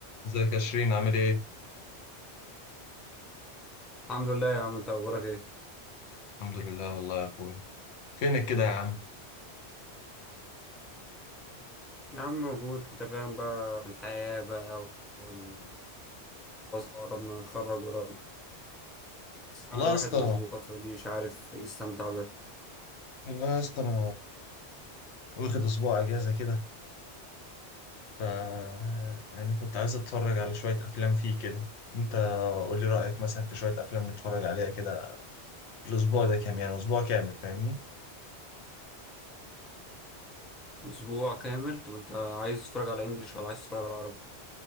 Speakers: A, on the left (about 75°); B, in the centre.
A: ازيك يا شيرين عامل ايه؟
B: الحمد لله يا عم انت اخبارك ايه
A: الحمد لله والله يا اخويا فينك كده يا عم؟
B: يا عم موجود انت فاهم بقى الحياة بقى والدراسة قربنا نتخرج قريب بس
A: والله
B: عم الواحد
A: يا اسطى
B: مشغول الفترة دي مش عارف يستمتع بقى
A: والله يا اسطى انا واخد اسبوع اجازة كده ف يعني كنت عايز اتفرج على شوية افلام فيه كده انت قول لي رأيك مثلا في شوية افلام نتفرج عليها كده الاسبوع ده كام يعني اسبوع كامل فاهمني؟
B: اسبوع كامل طب انت عايز تتفرج على انجليش ولا عايز تتفرج على عربي